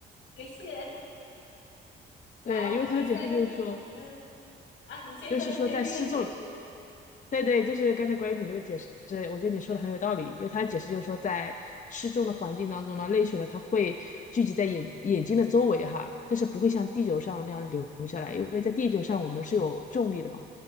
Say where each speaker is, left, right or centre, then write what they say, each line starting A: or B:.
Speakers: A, on the left (about 75°); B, on the left (about 40°).
A: 感谢。<laughs> 来，
B: 对，
A: 我们第三题，
B: 因为他的解释就是说，
A: 嗯啊，你先说，
B: 就是说在失重，
A: 你先说一个解释。
B: 对对，就是刚才关于你那个解释，我觉得你说的很有道理。因为他的解释就是说，在失重的环境当中呢，泪水呢它会聚集在眼眼睛的周围哈，但是不会像地球上那样流下来，因为在地球上我们是有重力的嘛，